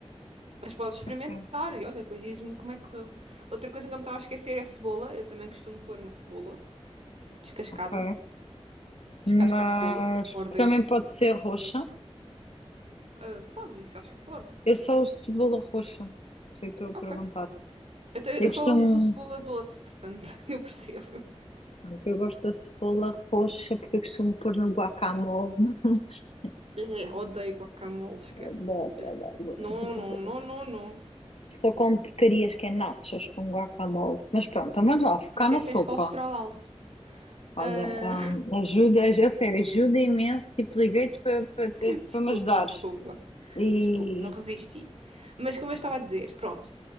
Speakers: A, on the right; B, on the left.
A: Mas podes experimentar
B: ok.
A: e olha, depois diz-me como é que correu. Outra coisa que eu me estava a esquecer é a cebola, eu também costumo pôr uma cebola descascada,
B: ok.
A: descasca
B: Mas
A: a cebola, pelo amor de
B: também
A: Deus.
B: pode ser roxa.
A: Ah, pode, isso acho que pode.
B: Eu só uso cebola roxa, sei que estou a perguntar.
A: Ok. Eu, te-
B: Eu
A: eu
B: costumo,
A: só uso cebola doce, portanto, <laughs> eu percebo.
B: pronto, eu gosto da cebola roxa porque eu costumo pôr no guacamole. <laughs>
A: Eh, Odeio guacamole, esquece.
B: Adoro, adoro, adoro.
A: Não,
B: Só,
A: não, não, não, não.
B: só como porcarias que é nachos com guacamole. Mas pronto, então vamos lá, focar
A: Por isso
B: na
A: é que tens
B: sopa.
A: colesterol alto.
B: Olha,
A: Ah,
B: hum, ajuda, a sério, ajuda imenso. Tipo, liguei-te para para ter-
A: <laughs> desculpa,
B: para me ajudares.
A: desculpa,
B: E
A: desculpa, não resisti. Mas como
B: pronto,
A: eu estava a dizer, pronto,